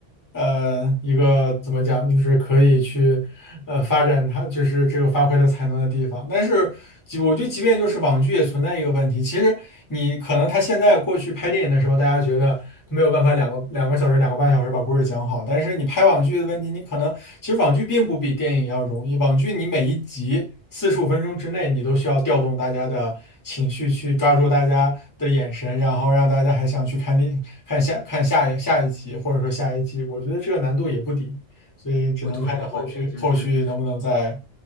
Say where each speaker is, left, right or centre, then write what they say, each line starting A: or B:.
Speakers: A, on the left (about 20°); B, on the left (about 70°).
A: 呃一个怎么讲，就是可以去呃发展他就是这个发挥他才能的地方。但是即我觉得，即便就是网剧也存在一个问题，其实你可能他现在过去拍电影的时候，大家觉得。没有办法两个两个小时、两个半小时把故事讲好，但是你拍网剧的问题，你可能其实网剧并不比电影要容易。网剧你每一集四十五分钟之内，你都需要调动大家的情绪，去抓住大家的眼神，然后让大家还想去看另看下看下一下一集，或者说下一季。我觉得这个难度也不低，所以只能看到后续后续能不能再
B: 我同意你的观点，就是